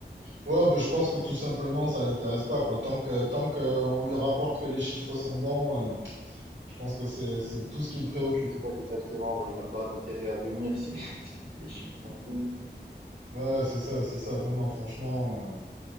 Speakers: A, on the right; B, on the right.
A: Ouais, bah, je pense que tout simplement ça l'intéresse pas quoi. Tant que tant que euh, on lui rapporte que les chiffres sont bons, euh, je pense que c'est c'est tout ce qui le préoccupe.
B: C'est quoi exactement? ouais, il a pas d'intérêt à venir si les, <laughs> si les chiffres sont bons.
A: Ouais, c'est ça, c'est ça. Non non, franchement.